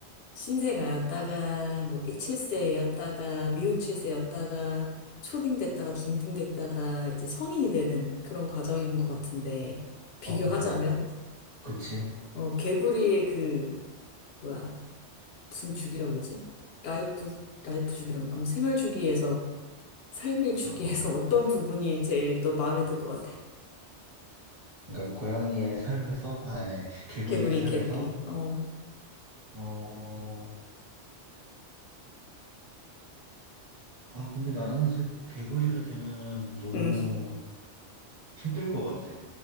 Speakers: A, on the left (about 65°); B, on the right (about 30°).
A: 신생아였다가 뭐 7세였다가 미운 7세였다가 초딩됐다가 중딩됐다가 이제 성인이 되는 그런 과정인 것 같은데 비교하자면
B: 어, 어, 그치?
A: 어 개구리의 그 뭐야 무슨 주기라고 그러지? 라이프 라이프 주기라고 아무 생활 주기에서 삶의 주기에서
B: 어, 어.
A: <laughs> 어떤 부분이 제일 너 마음에 들 것 같아?
B: 그러니까 고양이의 삶에서, 아, 아니, 개구리의
A: 개구리
B: 삶에서,
A: 개구리 어
B: 어, 아, 근데 나는 실- 개구리가 되면은 너무
A: 음.
B: 힘들 것 같아.